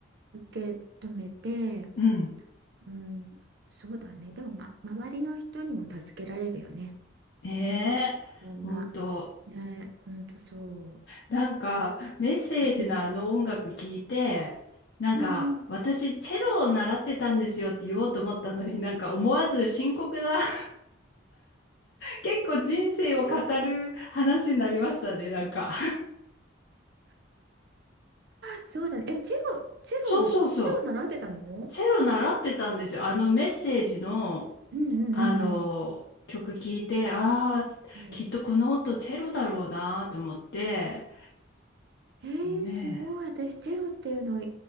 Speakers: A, on the right (about 55°); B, on the left (about 55°).
A: 受け止めて
B: うん。
A: うんそうだねでも、ま、周りの人にも助けられるよね
B: ねえ、
A: いろんな
B: 本当。
A: ね本当そう、
B: なんか、メッセージのあの音楽聞いて、
A: うん、
B: なんか、
A: うんうん
B: 私、チェロを習ってたんですよって言おうと思ったのに、なんか思わず深刻な、<laughs> 結構人生を語る話になりましたね、
A: えー
B: なんか。
A: そうだね。え、チェロ、チェロは、
B: <laughs> そうそうそう。
A: チェロ習ってたの
B: チェロ習ってたんですよ。あのメッセージの、
A: うんうんうんうん。
B: あの、曲聞いて、ああ、
A: うん
B: きっとこの音チェロだろうなと思って、
A: えー、
B: ね
A: すごい。私、チェロっていうのを